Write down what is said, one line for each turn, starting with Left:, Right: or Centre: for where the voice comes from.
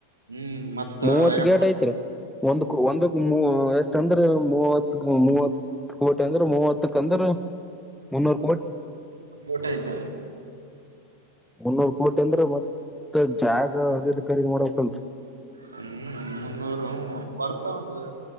Right: ಹ್ಮ್ ಮತ್ತ
Centre: ಮೂವತ್
Right: ಐರನ್
Centre: ಗೇಟ್ ಐತ್ರಿ ಒಂದಕ್ಕ ಒಂದಕ್ ಎಷ್ಟ ಅಂದ್ರೆ ಮೂವತ್ ಮೂವ ಕೋಟೆ ಅಂದ್ರೆ ಮೂವತ್ತಕ್ಂದ್ರ ಮುನ್ನೂರು
Right: ಊಟ ಆಯ್ತ
Centre: ಒನ್ನೂರು ಕೋಟಿ ಅಂದ್ರ ಮತ್ತ ಜಾಗ ಹದದು ಖರೀದಿ ಮಾಡಕ್ಲ್ರರಿ
Right: ಹ್ಮ್ ಮುನ್ನೂರು ವರ್ತ ಒಂದು